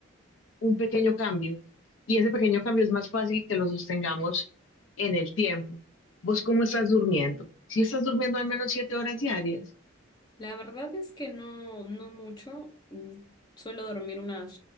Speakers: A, on the left (about 70°); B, on the left (about 20°).
A: un pequeño cambio y ese pequeño cambio es más fácil que lo sostengamos en el tiempo. ¿Vos cómo estás durmiendo? Si estás durmiendo al menos siete horas diarias,
B: La verdad es que no, no mucho. Mm, Suelo dormir unas